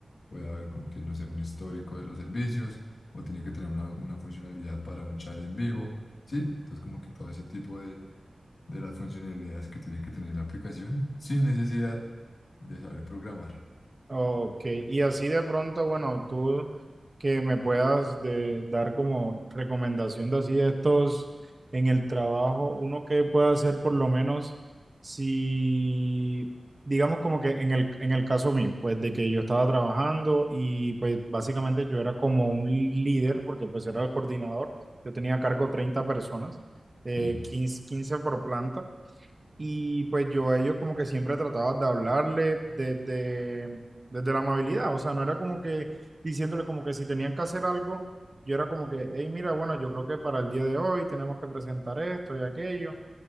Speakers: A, on the left; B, on the right.
A: puede haber como que, no sé, un histórico de los servicios o tiene que tener una, una funcionalidad para un chat en vivo, ¿sí? Entonces como que todo ese tipo de, de las funcionalidades que tiene que tener la aplicación sin necesidad de saber programar,
B: Ok, y así de pronto, bueno, tú que me puedas de- dar como recomendación de así de estos en el trabajo, uno que pueda hacer por lo menos si, digamos como que en el, en el caso mío, pues de que yo estaba trabajando y pues básicamente yo era como un líder, porque pues era el coordinador, yo tenía a cargo 30 personas,
A: ¿sí?
B: eh, 15 15 por planta. Y pues yo a ellos como que siempre trataba de hablarle desde, desde la amabilidad, o sea, no era como que diciéndole como que si tenían que hacer algo, yo era como que, hey, mira, bueno, yo creo que para el día de hoy tenemos que presentar esto y aquello